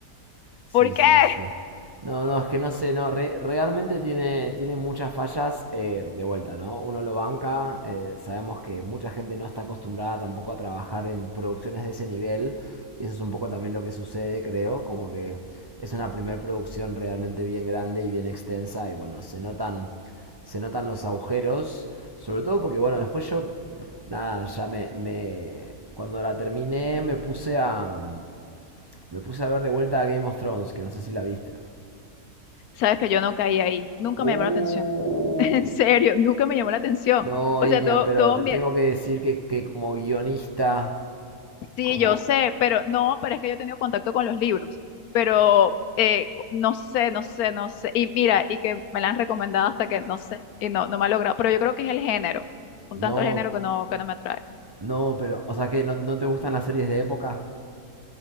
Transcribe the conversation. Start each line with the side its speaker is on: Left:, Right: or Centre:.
Right: Sí,
Left: ¿por qué?
Right: sí, sí. No, no, es que no sé, no, re- realmente tiene, tiene muchas fallas eh, de vuelta, ¿no? Uno lo banca, eh, sabemos que mucha gente no está acostumbrada tampoco a trabajar en producciones de ese nivel, y eso es un poco también lo que sucede, creo, como que es una primer producción realmente bien grande y bien extensa, y bueno, se notan, se notan los agujeros, sobre todo porque, bueno, después yo, nada, ya me, me, cuando la terminé me puse a... Me puse a ver de vuelta a Game of Thrones, que no sé si la viste.
Left: Sabes que yo no caí ahí, nunca
Right: Uy.
Left: me llamó la atención, <laughs> en serio, nunca me llamó la atención.
Right: No,
Left: O
Right: Irian,
Left: sea, todo,
Right: pero
Left: todo
Right: te
Left: mi...
Right: tengo que decir que, que como guionista,
Left: Sí,
Right: como...
Left: yo sé, pero no, pero es que yo he tenido contacto con los libros, pero eh, co- no sé, no sé, no sé. Y mira, y que me la han recomendado hasta que no sé, y no, no me ha logrado, pero yo creo que es el género, un
Right: No,
Left: tanto el género que no, que no me atrae.
Right: no, pero... O sea, que no, no te gustan las series de época